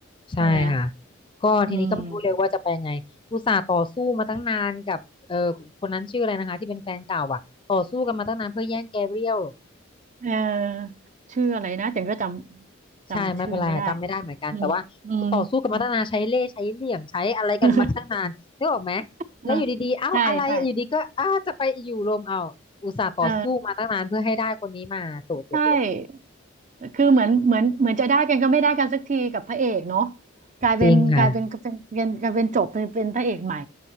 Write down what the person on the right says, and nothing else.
ใช่ไหม
อืม เออชื่ออะไรนะจังก็จำจำชื่อไม่ได้
อืมอืม
<laughs> เออ
ใช่ใช่เออใช่ คือเหมือนเหมือนเหมือนจะได้กันก็ไม่ได้กันสักทีกับพระเอกเนาะกลายเป็นกลายเป็นเป็นเป็นกลายเป็นจบเป็นเป็นพระเอกใหม่